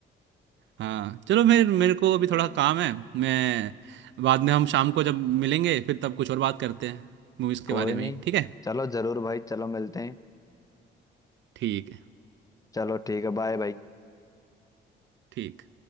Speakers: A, on the right; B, on the left.
A: हाँ चलो मेरे मेरे को अभी थोड़ा काम है मैं बाद में हम शाम को जब मिलेंगे फिर तब कुछ और बात करते हैं मूवीज़ के
B: कोई
A: बारे में
B: नहीं
A: ही ठीक है
B: चलो जरूर भाई चलो मिलते हैं
A: ठीक है
B: चलो ठीक है बाय भाई
A: ठीक